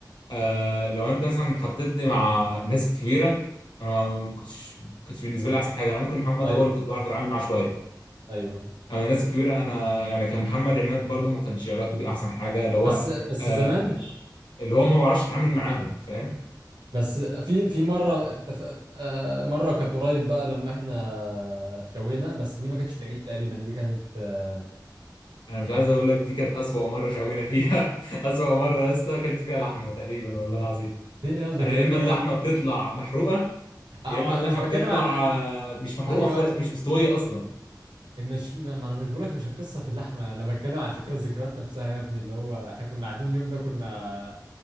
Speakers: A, on the left; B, on the right.
A: آه، لو انت مثلا حطيتني مع الناس الكبيره انا ما ما كنتش ما كنتش بالنسبه لي احسن حاجه انا ممكن محمد
B: ايوه
A: هو اللي كنت بعرف اتعامل معاه شويه
B: ايوه
A: اما الناس الكبيره انا يعني كان محمد عماد برضه ما كانش علاقتي بيه احسن حاجه اللي هو
B: بس فاهم بس
A: آه
B: زمان
A: اللي هو ما بعرفش اتعامل معاهم فاهم
B: بس في في مره اتف... آه، مره كانت قريب بقى لما احنا شوينا بس دي ما كانتش في العيد تقريبا دي كانت آه،
A: انا مش عايز اقول لك دي كانت اسوأ مره شوينا فيها <laughs> اسوأ مره يا اسطى اكلت فيها لحمه تقريبا والله العظيم
B: دي يلا ده
A: انا
B: كان
A: يا
B: يوم
A: اما
B: جامد
A: اللحمه بتطلع محروقه
B: آه،
A: يا اما اللحمه
B: مش بتكلم
A: بتطلع
B: على
A: آه، مش محروقه
B: ايوه
A: خالص
B: ايوه
A: مش مستويه اصلا
B: مش ما ما انا مش بقولك مش القصه في اللحمه انا بتكلم عن فكره الذكريات نفسها يا ابني اللي هو احنا كنا قاعدين اليوم ده كنا